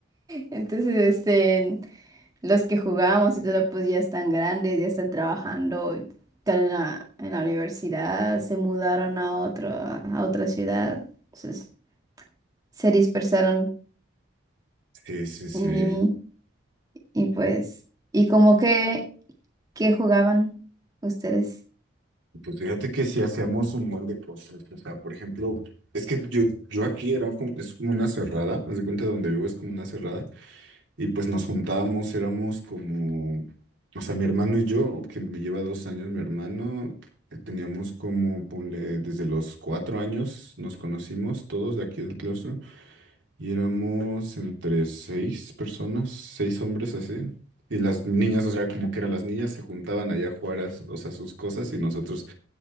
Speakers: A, on the right; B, on the right.
A: Entonces, este, los que jugamos y todo pues ya están grandes, ya están trabajando, están en la, en la universidad, se mudaron a otro, a otra ciudad. Entonces, se dispersaron
B: Sí, sí, sí.
A: y, y pues, y como que, ¿qué jugaban ustedes?
B: Pues fíjate que sí hacíamos un buen de cosas. O sea, por ejemplo, es que yo, yo aquí era como, es como una cerrada, haz de cuenta de donde vivo es como una cerrada, y pues nos juntábamos, éramos como, o sea, mi hermano y yo, que me lleva dos años mi hermano, eh, teníamos como, ponle, desde los cuatro años nos conocimos todos de aquí del claustro, y éramos entre seis personas, seis hombres así. Y las niñas, o sea, como que eran las niñas, se juntaban allá a jugar, a s- o sea, sus cosas y nosotros